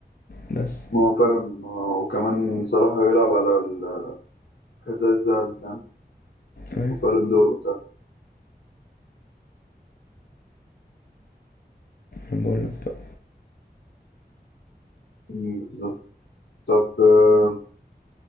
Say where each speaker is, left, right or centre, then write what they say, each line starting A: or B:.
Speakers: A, on the left (about 60°); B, on the left (about 85°).
A: بس
B: ما هو فعلا آه، وكمان صلاح بيلعب على الحذاء الذهبي فاهم؟
A: ايه
B: وبالون دور وبتاع
A: انا بقول لك بقى.
B: مم، بالظبط. طب آه